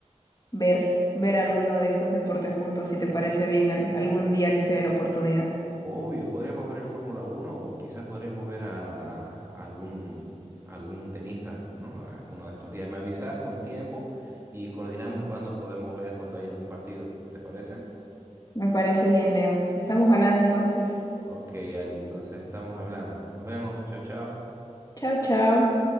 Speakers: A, on the left; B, on the right.
A: ver, ver alguno de estos deportes juntos, si te parece bien, al- algún día que se dé la oportunidad.
B: Obvio, podríamos ver el Fórmula uno o quizás podríamos ver a, a algún, a algún tenista, ¿no? A Uno de estos días. Me avisas con tiempo y coordinamos cuando podemos ver cuando hay algún partido. ¿Te parece?
A: Me parece bien, Leo. Estamos hablando entonces.
B: Ok, Ali, entonces estamos hablando. Nos vemos. Chao, chao.
A: Chao, chao.